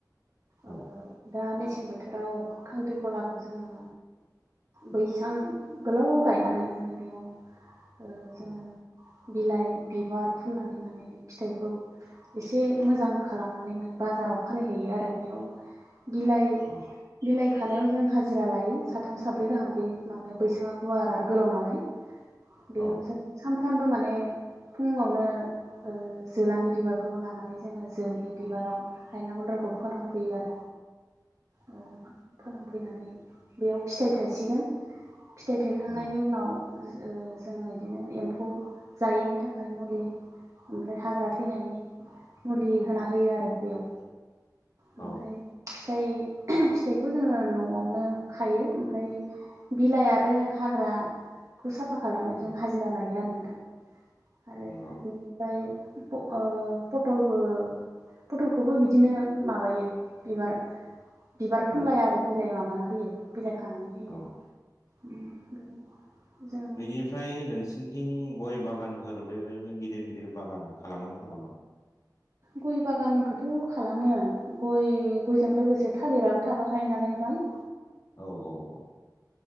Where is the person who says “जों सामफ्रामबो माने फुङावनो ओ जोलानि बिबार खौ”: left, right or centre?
Right